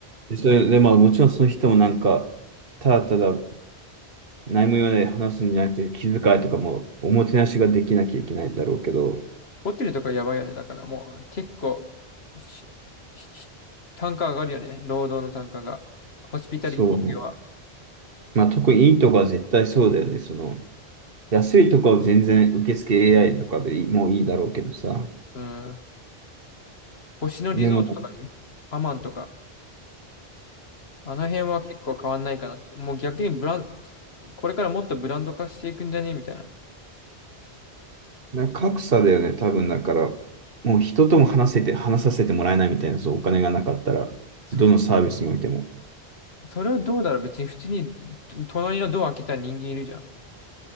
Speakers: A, on the right; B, on the left.
A: でそれで、まあもちろんその人もなんか、ただただ何も言わないで話すんじゃなくて、気遣いとかもおもてなしができなきゃいけないんだろうけど、
B: ホテルとかやばいよね。だからもう結構し、し単価上がるよね。労働の単価が。ホスピタリティは。
A: そうね。まあ特にいいとこは絶対そうだよね。その、安いとこは全然受付 AI とかでいいもういいだろうけどさ。
B: うん。星野リゾートとかね。
A: でも、
B: アマンとか。あの辺は結構変わんないかなって。もう逆にブラン、これからもっとブランド化していくんじゃねみたいな。
A: な格差だよね、多分だから、もう人とも話せて、話させてもらえないみたいな、そう、お金がなかったら、
B: それ、
A: どのサービスにおいても。
B: それはどうだろう別に普通にと隣のドア開けた人間いるじゃん。